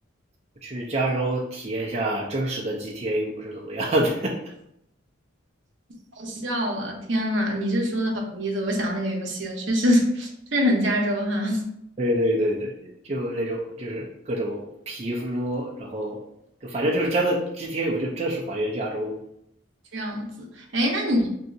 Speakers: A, on the right; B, on the right.
A: 我去加州体验一下真实的 GTA 五是怎么样的。<laughs>
B: 好笑了，天呐，你这说的好有意思，我想到那个游戏了，确实 <laughs> 确实很加州哈。
A: 对对对对对，就那种就是各种皮肤，然后反正就是真的 GTA 五就真实还原加州。
B: 这样子，哎，那你